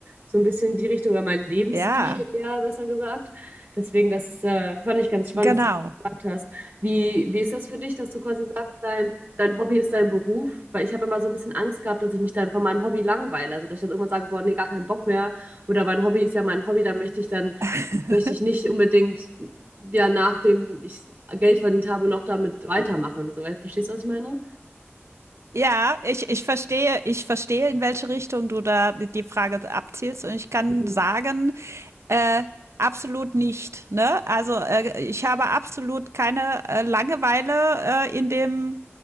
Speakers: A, on the right; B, on the right.
A: so ein bisschen die Richtung oder mein Lebensstil
B: Ja,
A: eher besser gesagt. Deswegen, das ist, äh, fand ich ganz spannend,
B: genau.
A: dass du das gesagt hast. Wie, wie ist das für dich, dass du quasi sagst, dein, dein Hobby ist dein Beruf? Weil ich habe immer so ein bisschen Angst gehabt, dass ich mich dann von meinem Hobby langweile. Also dass ich dann irgendwann sage, boah, nee, gar keinen Bock mehr. Oder mein Hobby ist ja mein Hobby, dann möchte ich dann
B: <laughs>
A: möchte ich nicht unbedingt ja nachdem ich Geld verdient habe, noch damit weitermachen. So, weil- verstehst du, was ich meine?
B: Ja, ich, ich verstehe, ich verstehe, in welche Richtung du da die die Frage abzielst. Und ich kann
A: Mhm.
B: sagen, äh, absolut nicht. Ne? Also äh, ich habe absolut keine äh, Langeweile äh, in dem,